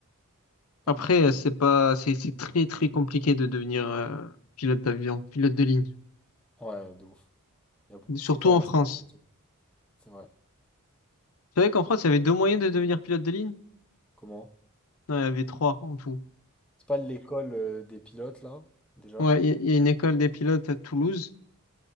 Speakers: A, in the centre; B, on the left.
A: Pas
B: Après,
A: mal.
B: euh, c'est pas, c'est c'est très très compliqué de devenir euh, pilote d'avion, pilote de ligne,
A: Ouais, de ouf. Il y a beaucoup
B: surtout
A: de critères
B: en
A: à respecter.
B: France.
A: et tout. C'est vrai.
B: Tu savais qu'en France, il y avait deux moyens de devenir pilote de ligne?
A: Comment?
B: Non, il y avait trois en tout.
A: C'est pas l'école euh, des pilotes, là, déjà?
B: Ouais, il y, a il y a une école des pilotes à Toulouse,